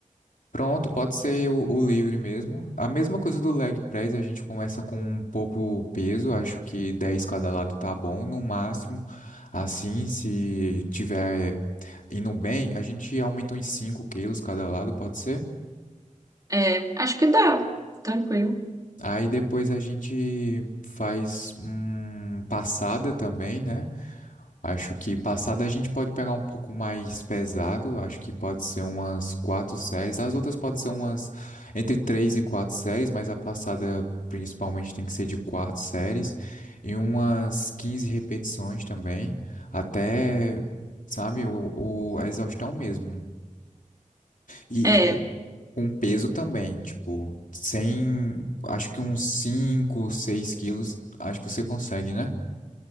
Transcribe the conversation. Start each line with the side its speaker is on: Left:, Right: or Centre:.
Left: Pronto, pode ser o, o livre mesmo. A mesma coisa do leg press, a gente começa com um pouco peso, acho que 10 cada lado tá bom, no máximo. Assim, se tiver indo bem, a gente aumenta em 5 quilos cada lado, pode ser?
Right: É, acho que dá, tranquilo.
Left: Aí depois a gente faz hum, passada também, né? Acho que passada a gente pode pegar um pouco mais pesado. Acho que pode ser umas quatro séries. As outras podem ser umas entre três e quatro séries, mas a passada principalmente tem que ser de quatro séries e umas 15 repetições também, até, sabe, o, o- a exaustão mesmo. E,
Right: É,
Left: e co- com peso também, tipo, sem, acho que uns 5, 6 quilos, acho que você consegue, né?